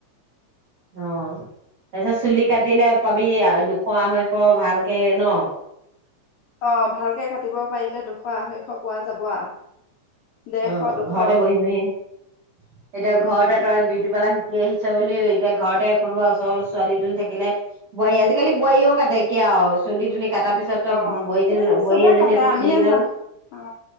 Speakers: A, on the right; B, on the left.
A: অ তাৰপিছত চুলি কাটিলে পাবি দুশ আঢ়ৈশ ভালকে ন।
B: অ ভালকে কাটিব পাৰিলে দুশ আঢ়ৈশ পোৱা যাব। ডেৰশ
A: অ
B: দুশ
A: ঘৰতে বহি বহি এতিয়া ঘৰতে
B: উম
A: তই বিউটি পাৰ্লাৰ। শিকি আহিছ বুলি এতিয়া ঘৰতে কোনোবা ওচৰ ছোৱালী তুৱালি থাকিলে বোৱাৰী, আজিকালি বোৱাৰীয়েও কাটে কিয় চুলি তুলি কটাৰ পিছত
B: অ
A: বোৱাৰী
B: এই চবে
A: এজনীয়ে
B: কাটে
A: তোক
B: আমিয়ে
A: চুলি কেইডাল,
B: যা অ